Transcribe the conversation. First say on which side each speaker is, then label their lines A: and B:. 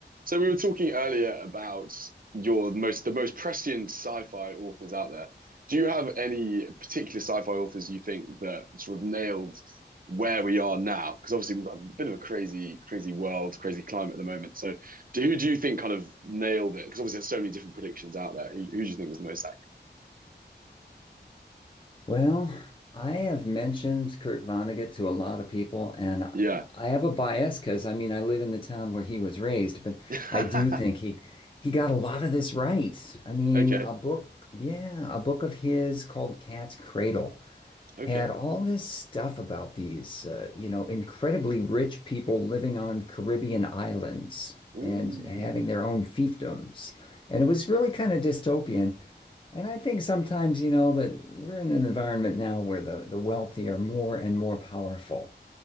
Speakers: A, on the right (about 50°); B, on the left (about 30°).
A: So we were talking earlier about your most the most prescient sci-fi authors out there. Do you have any particular sci-fi authors you think that sort of nailed where we are now? Because obviously we've got a bit of a crazy, crazy world, crazy climate at the moment. So do, who do you think kind of nailed it? Because obviously there's so many different predictions out there. Who, who do you think was the most
B: Well, I have mentioned Kurt Vonnegut to a lot of people, and I
A: accurate?
B: I have a bias because I mean I live in the town where he was raised, but
A: Yeah.
B: I do think
A: <laughs>
B: he he got a lot of this right. I mean,
A: Okay.
B: a book, yeah, a book of his called Cat's Cradle
A: Okay.
B: had all this stuff about these, uh, you know, incredibly rich people living on Caribbean islands
A: Mm.
B: and having their own fiefdoms, and it was really kind of dystopian. And I think sometimes, you know, that we're in an environment now where the, the wealthy are more and more powerful.